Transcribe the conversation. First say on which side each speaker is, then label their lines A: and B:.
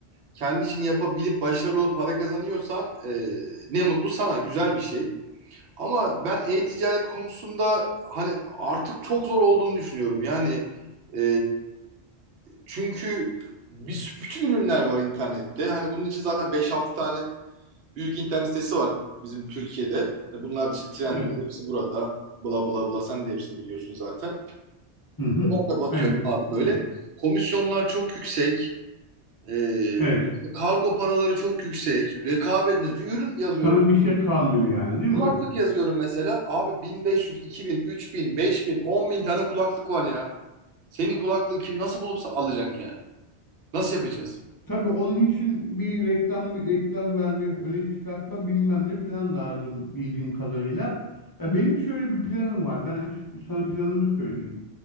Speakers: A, on the right; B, on the left.
A: kendi işini yapabilip başarılı olup para kazanıyorsan e, ne mutlu sana. Güzel bir şey. Ama ben e-ticaret konusunda hani artık çok zor olduğunu düşünüyorum. Yani e, çünkü biz bütün ürünler var internette. Hani bunun için zaten beş altı tane büyük internet sitesi var bizim Türkiye'de. E, Bunlar da işte Trendyol,
B: Evet.
A: hepsi burada. Bla bla bla sen de hepsini biliyorsun zaten.
B: Hı hı.
A: Oralarda bakıyorsun
B: Evet.
A: abi böyle
B: Biliyorum.
A: komisyonlar çok yüksek. E,
B: Evet.
A: işte kargo paraları çok yüksek. Rekabet mesela bir ürün yazıyorum.
B: Sana bir şey kalmıyor yani değil mi?
A: Kulaklık yazıyorum mesela. Abi 1500, 2000, 3000, 5000, 10000 tane kulaklık var ya. Senin kulaklığı kim nasıl bulupsa alacak yani. Nasıl yapacağız?
B: Tabii onun için bir reklam reklam verme, öne çıkartma bilmem ne falan lazım bildiğim kadarıyla. Ya benim şöyle bir planım var. Ben açık, sana planımı söyleyeyim.